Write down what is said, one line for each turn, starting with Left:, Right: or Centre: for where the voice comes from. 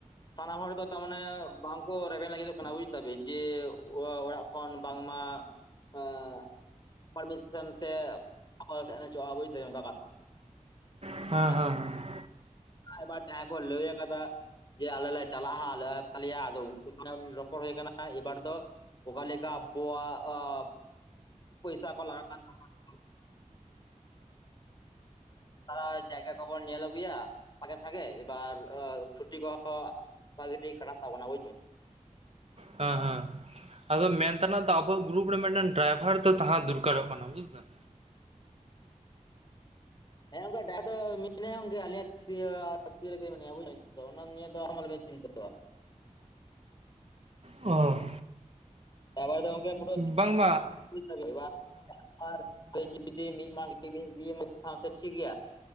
Left: ᱥᱟᱱᱟᱢ ᱦᱚᱲ ᱫᱚ ᱛᱟᱨᱢᱟᱱᱮ ᱵᱟᱝ ᱠᱚ ᱨᱮᱵᱮᱱ ᱞᱟᱹᱜᱤᱫᱚᱜ ᱠᱟᱱᱟ ᱵᱩᱡ ᱫᱟᱵᱤᱱ ᱡᱮ ᱚᱲᱟᱜ ᱠᱷᱚᱱ ᱵᱟᱝᱢᱟ ᱟᱺ <inaudible> <inaudible> <inaudible>
Right: ᱦᱮᱸ
Left: ᱟᱫᱚ
Right: ᱦᱮᱸ ᱦᱮ
Left: ᱮᱵᱟᱨ ᱡᱟᱦᱟᱭ ᱠᱚ ᱞᱟᱹᱭ ᱟᱠᱟᱫᱟ ᱡᱮ ᱟᱞᱮ ᱞᱮ ᱪᱟᱞᱟᱜ-ᱟ ᱦᱟᱸᱜ ᱛᱟᱞᱮᱭᱟ ᱟᱫᱚ ᱩᱱᱠᱩ ᱥᱚᱸᱜᱮ ᱨᱚᱯᱚᱲ ᱦᱩᱭ ᱟᱠᱟᱱᱟ ᱮᱵᱟᱨ ᱫᱚ ᱚᱠᱟᱞᱮᱠᱟ ᱟᱵᱚᱣᱟᱜ ᱯᱚᱭᱥᱟ ᱠᱚ ᱞᱟᱜᱟᱜ ᱠᱟᱱ ᱛᱟᱵᱚᱱᱟ? ᱚᱱᱟ ᱡᱟᱭᱜᱟ ᱠᱷᱚᱵᱚᱱ ᱧᱮᱞ ᱟᱹᱜᱩᱭᱟ ᱵᱷᱟᱜᱮ ᱵᱷᱟᱜᱮ ᱮᱵᱟᱨ ᱪᱷᱩᱴᱤ ᱠᱚᱦᱚᱸ ᱵᱷᱟᱜᱮ ᱴᱷᱤᱠ ᱠᱷᱟᱨᱟᱯ ᱛᱟᱵᱚᱱᱟ ᱵᱩᱡ ᱫᱟᱵᱤᱱ
Right: ᱦᱮᱸ ᱦᱮᱸ ᱟᱫᱚ ᱢᱮᱱᱛᱮᱱᱟᱜ ᱫᱚ ᱟᱵᱚᱣᱟᱜ ᱜᱨᱩᱯ ᱨᱮ ᱢᱤᱫᱴᱟᱝ ᱰᱨᱟᱭᱵᱷᱟᱨ ᱫᱚ ᱛᱟᱦᱮᱸ ᱫᱚᱨᱠᱟᱨᱚᱜ ᱠᱟᱱᱟ ᱵᱩᱡ ᱫᱟᱢ
Left: ᱦᱮᱸ ᱜᱚᱝᱠᱮ ᱰᱟᱭᱵᱷᱟᱨ ᱫᱚ ᱢᱮᱱᱟᱭᱟ ᱜᱚᱝᱠᱮ ᱟᱹᱞᱤᱧᱟᱜ ᱛᱤ ᱨᱮᱜᱤ ᱢᱮᱱᱟᱭᱟ ᱵᱩᱡᱫᱟ ᱵᱤᱱ ᱟᱞᱚ ᱵᱤᱱ ᱪᱤᱱ <unintelligible>
Right: ᱚᱦᱺ
Left: <unintelligible> <unintelligible> <unintelligible>
Right: ᱵᱟᱝᱢᱟ
Left: ᱡᱩᱫᱤ ᱢᱤᱫ ᱢᱟᱜ ᱤᱫᱤᱭᱟ <unintelligible> ᱴᱷᱤᱠ ᱜᱮᱭᱟ